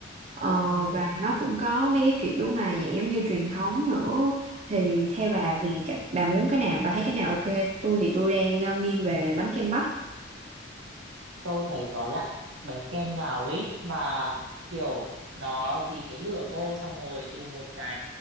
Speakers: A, on the right; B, on the right.
A: ờ,
B: Ừ.
A: và nó cũng có mấy cái kiểu mà dạng giống như truyền thống nữa thì theo bà
B: ừ.
A: thì cả- bà muốn cái nào bà thấy cái nào ok tôi thì tôi đang ờ, nghiêng về bánh kem bắp
B: tôi thấy có loại bánh kem nào ấy mà kiểu nó dí cái lửa vô xong rồi đùng một cái